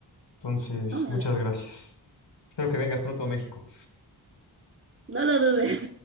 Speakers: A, on the left; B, on the right.
A: Entonces,
B: No, me
A: muchas
B: alegro.
A: gracias. Espero que vengas pronto a México.
B: No lo dudes.